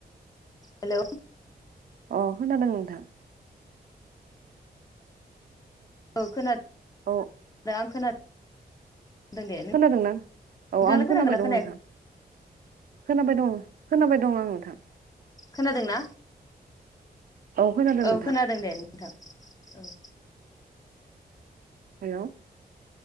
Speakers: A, on the left; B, on the right.
A: हेलौ
B: अ खोनादों नोंथां।
A: औ खोनादों।
B: औ
A: आं खोनादों। दे
B: खोनादों ना।
A: नोंथाङालाय
B: औ आंबो
A: खोनागोना
B: खोनाबाय दं
A: खोनायाखै
B: नोंथां। खोनाबाय दं खोनाबाय दं आं नोंथां।
A: खोनादोंना?
B: खोनादों
A: औ
B: नोंथां
A: खोनादों दे नोंथां औ।
B: हेलौ